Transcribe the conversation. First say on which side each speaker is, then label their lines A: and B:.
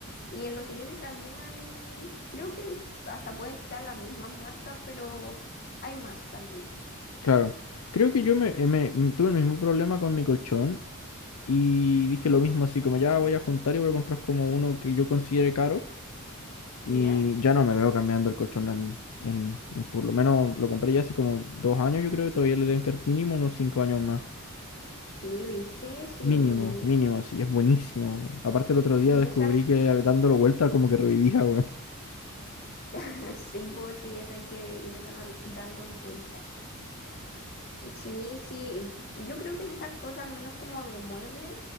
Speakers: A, on the left; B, on the left.
A: Y en los sillones también hay, creo que hasta pueden estar las mismas marcas, pero hay más también,
B: Claro. Creo que yo me, eh, me- m- tuve el mismo problema con mi colchón y dije lo mismo, así como ya voy a juntar y voy a comprar como uno que yo considere caro y
A: ¿ya?
B: ya no me veo cambiando el colchón en, en, en por lo menos lo compré ya hace como dos años, yo creo que todavía le deben quedar mínimo unos cinco años más.
A: Sí, viste, sí,
B: Mínimo, mínimo, así, es buenísimo, weón. Aparte el otro día
A: en
B: descubrí
A: esas,
B: que dándolo vuelta como que revivía, weón.
A: <laughs> sí, pues sí, eso hay que ir dando, dándolos vueltas. Sí, sí, yo creo que en esas cosas, al menos como de muebles,